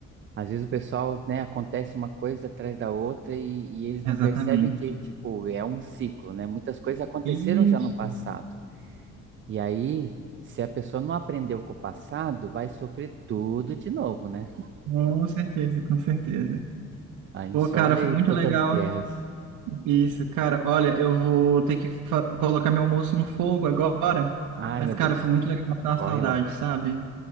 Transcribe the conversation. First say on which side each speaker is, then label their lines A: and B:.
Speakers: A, on the right; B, on the right.
A: Às vezes o pessoal, né, acontece uma coisa atrás da outra e, e eles não
B: Exatamente.
A: percebem que, tipo, é um ciclo, né? Muitas coisas aconteceram
B: Isso.
A: já no passado. E aí, se a pessoa não aprendeu com o passado, vai sofrer tudo de novo, né?
B: Com certeza, com certeza.
A: A gente
B: Pô,
A: só
B: cara,
A: olha
B: foi
A: aí
B: muito
A: todas
B: legal
A: as guerras.
B: isso, cara. Olha, eu vou ter que fa- colocar meu almoço no fogo agora,
A: Ai,
B: mas,
A: meu
B: cara,
A: Deus,
B: foi muito legal matar
A: corre
B: a saudade,
A: lá.
B: sabe?